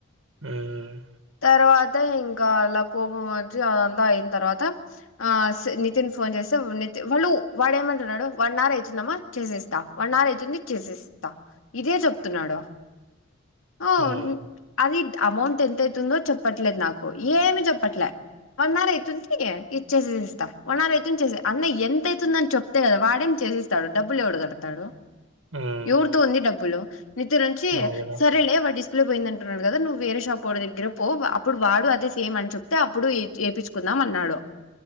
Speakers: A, on the right (about 70°); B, on the left (about 80°).
A: హ్మ్.
B: తర్వాత ఇంకా అలా కోపమొచ్చి అదంతా అయ్యిన తర్వాత ఆ స్ నితిన్ ఫోన్ చేస్తే వ్ నితి వోళ్ళు వాడేమన్ తున్నాడు వన్ అవర్ అయితుందమ్మా చేసేస్తా వన్ అవర్ అయితుంది చేసేసితా ఇదే చెప్తున్నాడు అవున్
A: హ్మ్.
B: అది అమౌంట్ ఎంత అయితుందో చెప్పట్లేదు నాకు ఏమీ చెప్పట్లే వన్ అవర్ అయితుంది ఇచ్చేసేస్తా వన్ అవర్ అయితుంది చేసే అన్న ఎంత అయితుందని చెప్ తే కదా వాడేం చేసిస్తాడు డబ్బులు ఎవడు కడతాడు
A: హ్మ్.
B: ఎవరితో ఉంది డబ్బులు నితరుంచి
A: అవును గదా!
B: సరేలే వాడిస్ ప్లే పొయ్యిందంటున్నాడు కదా నువ్వు వేరేషాప్పోడి దగ్గిర పో అప్పుడు వాడూ అదే సేమ్ అని చెప్తే అప్పుడు ఈ ఏపిచ్చు కుందాం అన్నాడు